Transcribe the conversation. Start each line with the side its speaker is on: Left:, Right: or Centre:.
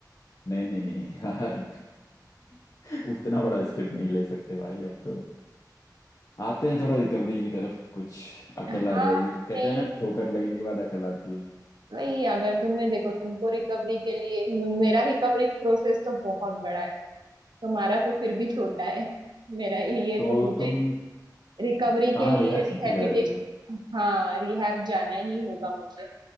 Left: नहीं नहीं नहीं यार <laughs> उतना बड़ा स्टेप नहीं ले सकते भाई अब तो आते हैं थोड़ा रिकवरी की तरफ कुछ अकल
Right: हाँ
Left: आ जाएगी कहते
Right: नहीं
Left: हैं ना ठोकर लगने के बाद अकल आती है
Right: नहीं अगर तुम्हें देखो तुमको रिकवरी के लिए मेरा रिकवरी प्रोसेस तो बहुत बड़ा है तुम्हारा तो फिर भी छोटा है मेरे लिए
Left: तो
Right: तो मुझे
Left: तुम
Right: रिकवरी के
Left: कहाँ
Right: लिए
Left: रिहर्सल
Right: रिहैबिटेशन
Left: सेंटर जा रही हो तुम
Right: हाँ रिहैब जाना ही होगा मुझे